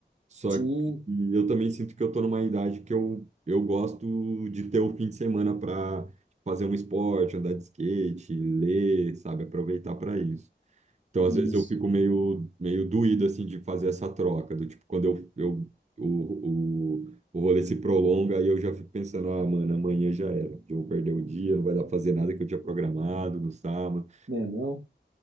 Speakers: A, on the right; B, on the right.
A: Só
B: Sim,
A: que eu também sinto que eu tô numa idade que eu, eu gosto de ter o fim de semana para fazer um esporte, andar de skate, ler, sabe? Aproveitar para isso. Então,
B: isso.
A: às vezes, eu fico meio, meio doído, assim, de fazer essa troca, do tipo, quando eu, eu, o, o, o rolê se prolonga, aí eu já fico pensando, ah, mano, amanhã já era, eu vou perder o dia, não vai dar pra fazer nada que eu tinha programado no sábado.
B: Né, não?